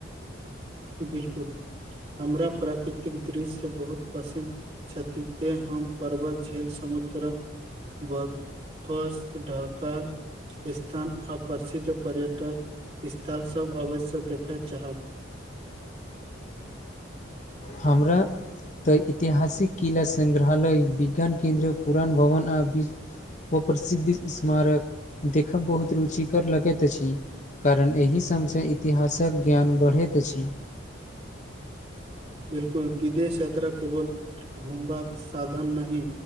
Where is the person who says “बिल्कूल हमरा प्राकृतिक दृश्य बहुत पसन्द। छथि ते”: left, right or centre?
Right